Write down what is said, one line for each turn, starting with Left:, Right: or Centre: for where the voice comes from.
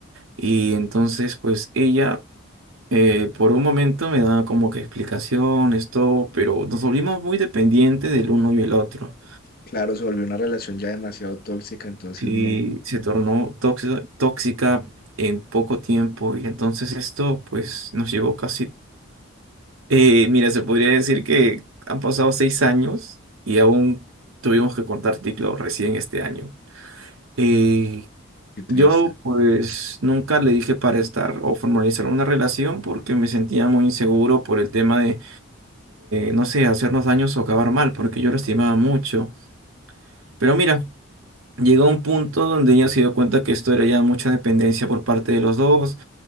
Right: y entonces pues ella... Eh, por un momento me daba como que explicaciones, todo, pero nos volvimos muy dependientes del uno y el otro.
Left: Claro, se volvió una relación ya demasiado tóxica, entonces
Right: Sí,
Left: no,
Right: se tornó tóxica, tóxica en poco tiempo y entonces esto pues nos llevó casi, eh, mira, se podría decir que han pasado seis años y aún tuvimos que cortar ciclo recién este año. Eh,
Left: qué triste.
Right: yo pues nunca le dije para estar o formalizar una relación porque me sentía muy inseguro por el tema de, no sé, hacernos daños o acabar mal, porque yo lo estimaba mucho. Pero mira, llegó un punto donde ella se dio cuenta que esto era ya mucha dependencia por parte de los dos